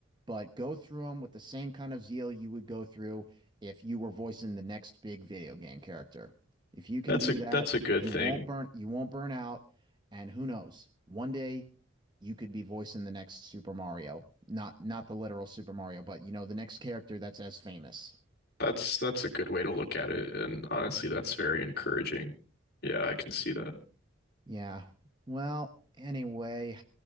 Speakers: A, on the right (about 20°); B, on the left (about 50°).
A: but go through them with the same kind of zeal you would go through if you were voicing the next big video game character. If you can
B: That's
A: do
B: a
A: that,
B: that's a good
A: you
B: thing.
A: won't burn you won't burn out, and who knows, one day you could be voicing the next Super Mario. Not not the literal Super Mario, but you know, the next character that's as famous.
B: That's that's a good way to look at it, and honestly, that's very encouraging. Yeah, I can see that.
A: Yeah. Well, anyway,